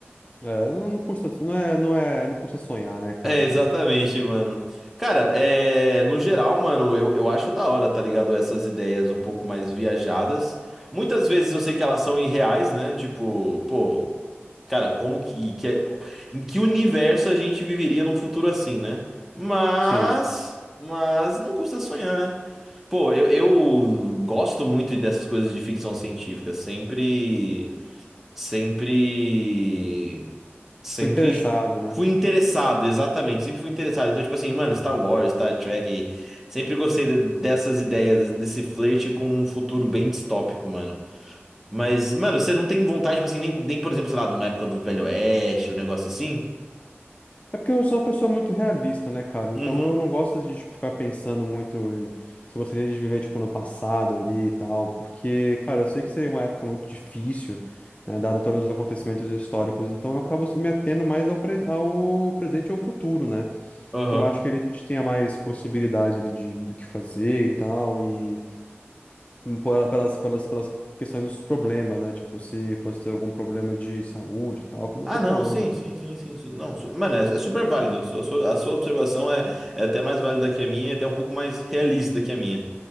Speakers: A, on the left (about 30°); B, in the centre.
A: É, não, não custa, não é, não é, não custa sonhar, né, cara?
B: É, exatamente, mano. Cara, é, no geral, mano, eu, eu acho da hora, tá ligado? Essas ideias um pouco mais viajadas. Muitas vezes eu sei que elas são irreais, né? Tipo, pô, cara, como que, que é- em que universo a gente viveria num futuro assim, né? Mas,
A: Sim,
B: mas não custa sonhar, né? Pô, eu, eu gosto muito dessas coisas de ficção científica. Sempre. sempre sempre
A: foi interessado, né?
B: fui interessado, exatamente, sempre fui interessado. Então, tipo assim, mano, Star Wars, Star Trek, sempre gostei de- dessas ideias, desse flerte com um futuro bem distópico, mano. Mas, mano, você não tem vontade, tipo assim, nem, nem, por exemplo, sei lá, de uma época do Velho Oeste, um negócio assim?
A: É porque eu sou uma pessoa muito realista, né, cara? Então
B: Uhum.
A: eu não gosto de, tipo, ficar pensando muito em- se eu gostaria de viver, tipo, no passado ali e tal, porque, cara, eu sei que seria uma época muito difícil, né, dado todos os acontecimentos históricos, então eu acabo me atendo mais ao, pres- ao presente e ao futuro, né?
B: Aham.
A: que eu acho que ele tenha mais possibilidade ali de, do que fazer e tal, e pe- pelas, pelas, pelas questões dos problemas, né? Tipo, se fosse ter algum problema de saúde e tal, como eu
B: Ah,
A: tô falando.
B: não, sim,
A: ainda,
B: sim,
A: né?
B: sim, sim. su- Não, su- mano, é, é super válido. Sua- sua- A sua, observação é, é até mais válida que a minha, é até um pouco mais realista que a minha.